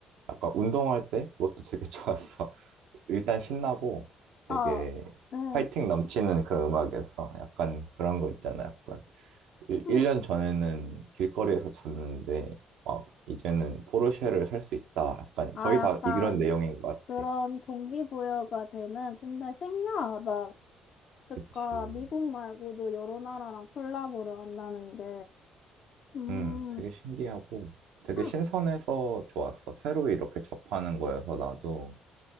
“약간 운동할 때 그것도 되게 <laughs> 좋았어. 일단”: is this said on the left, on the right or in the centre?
Right